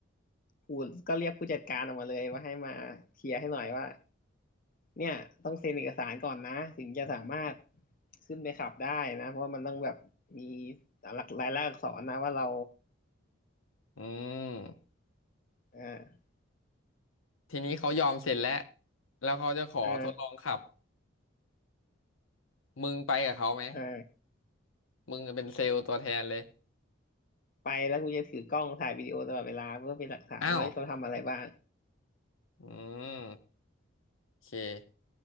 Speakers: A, on the left; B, on the left.
A: กูก็เรียกผู้จัดการออกมาเลยว่าให้มาเคลียร์ให้หน่อยว่าเนี่ยต้องเซ็นเอกสารก่อนนะถึงจะสามารถขึ้นไปขับได้นะเพราะว่ามันต้องแบบมีหลักลายลักษณ์อักษรนะว่าเรา
B: อืม
A: เออ
B: ทีนี้เขายอมเสร็จแล้วแล้วเขาจะขอทดลองขับ
A: เออ
B: มึงไปกับเขาไหม
A: เออ
B: มึงเป็นเซลล์ตัวแทนเลย
A: ไปแล้วกูจะถือกล้องถ่ายวิดีโอตลอดเวลาเพื่อเป็นหลักฐานว่าเขาทำอะไรบ้าง
B: อ้าวอืมโอเค